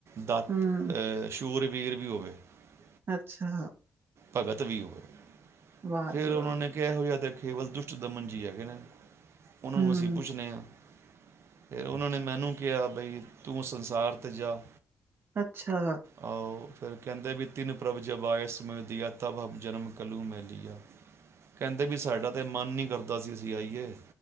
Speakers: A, on the right (about 65°); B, on the right (about 50°).
A: ਦਾਤ
B: ਹੂੰ,
A: ਅ ਸ਼ੂਰ ਵੀਰ ਵੀ ਹੋਵੇ। ਹ <unintelligible>
B: ਅੱਛਾ,
A: ਭਗਤ ਵੀ ਹੋਵੇ।
B: ਵਾਹ
A: ਫਿਰ
B: ਜੀ ਵਾਹ
A: ਉਹਨਾਂ ਨੇ ਕਿਹੋ ਜਿਹਾ ਦੇ ਕੇਵਲ ਦੁਸ਼ਟ ਦਮਨ ਜੀ ਹੈਗੇ ਨੇ। ਉਹਨਾਂ
B: ਹੂੰ,
A: ਨੂੰ ਅਸੀਂ ਪੁੱਛਦੇ ਹਾਂ ਫਿਰ ਉਹਨਾਂ ਨੇ ਮੈਨੂੰ ਕਿਹਾ ਬਈ ਤੂੰ ਸੰਸਾਰ ਤੇ ਜਾ
B: ਅੱਛਾ
A: ਆਓ ਫਿਰ ਕਹਿੰਦੇ ਵੀ ਤਿੰਨ ਪ੍ਰਭ ਜਵਾ ਆਇਸ ਮੈਂ ਦੀਆ ਤਬ ਜਨਮ ਕੱਲੂ ਮੈਂ ਲਆ ਕਹਿੰਦੇ ਵੀ ਸਾਡਾ ਤਾਂ ਮਨ ਨਹੀਂ ਕਰਦਾ ਸੀ ਅਸੀਂ ਆਈਏ